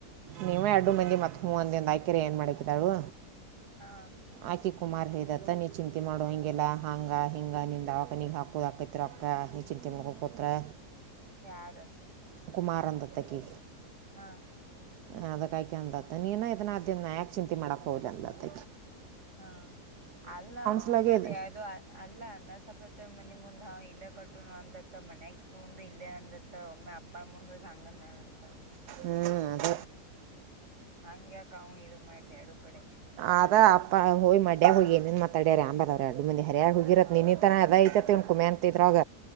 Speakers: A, on the right (about 80°); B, on the right (about 50°).
A: ನೀವೇ ಎರಡು ಮಂದಿ ಮತ್ತತ್ ಹೂವಂದಿ ಒಂದು ಆಕೆರೆ ಏನ್ ಮಾಡಾಕಿದಾಳು
B: ಹಾ
A: ಆಕೆ ಕುಮಾರ್ ಹದತ್ತ ನೀ ಚಿಂತೆ ಮಾಡುವ ಹಿಗೆಲ್ಲ ಹಾಂಗ ಹಿಂಗ ನಿಂದ ದಾವಕನಿಗೆ ಹಾಕೋದಾಕತಿ ತ್ರಕ್ಕಾ ನಿಚಿನ ತ ತಿಮ್ಕ ಕೊತ್ರಾ
B: ಯಾರು
A: ಕುಮಾರಂದತ್ತಕ್ಕೆ
B: ಹಾ
A: ಹ ಅದಕ್ಕಾಕಿ ಅಂದತ್ತ ನೀನ ಇದನ್ನ ಆದನ್ ಯಾಕ ಚಿಂತೆ ಮಾಡಾಕ್ ಹೋಗ್ಲಿ ಅಂದತ್ತ
B: ಹಾ ಅಲ್ಲವ
A: ಸಲುವಾಗೆ
B: ಮತ್ತ ಅದ
A: ಇದನ್ನು
B: ಯಾವ್ದ ಅಲ್ಲ ನನ್ನ ಸ್ವಪತ್ತ ಮನೆಮುಂದ್ ಇಲ್ಲೇ ಕಟ್ಟನು ಅಂದತ್ತ ಮನ್ಯ ಇಕ್ಕಿ ಮುಂದ ಇಲ್ಲೇ ಅಂದತ್ತ ಒಮ್ಮೆ ಅಪ್ಪ ಮಂದ ಭಾಂಗ ನತ್ತ
A: ಹ್ಮ್ ಅದ
B: ಹಂಗಗೆ ಕಾಮ ಇದು ಮಾಡಿದೆ ಅಡು ಕಡೆ
A: ಅದ ಅಪ್ಪ ಹೋಗ ಮಡ್ಯಾಗ ಹೋಗಿ ಏನೇನು ಮಾತಾಡ್ಯಾರ ಆಂಬಲ ಅವ್ರೆ ಅಡು ಮಂದ ಹ್ಯ ಹೋಗಿರತ್ತೆ ನಿನ್ನಥರ ಎದ ಐತವ್ ಕುಮೆ ಅಂತ ತ್ತತ್ರ್ರಾಗ